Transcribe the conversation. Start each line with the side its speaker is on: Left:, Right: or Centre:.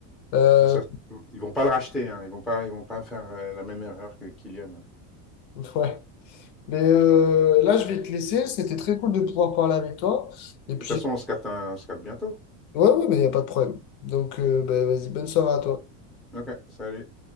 Left: Euh,
Centre: Mais ça se trouve, ils vont pas le racheter, hein. Ils vont pas, ils vont pas faire euh, la même erreur que Kylian. hein.
Left: <laughs> ouais. Mais euh, là, je vais te laisser. C'était très cool de pouvoir parler avec toi. Et puis,
Centre: De toute façon, on se capte, un- on se capte bientôt.
Left: ouais, ouais, mais il n'y a pas de problème. Donc, euh, bah, vas-y, bonne soirée à toi.
Centre: Ok, salut.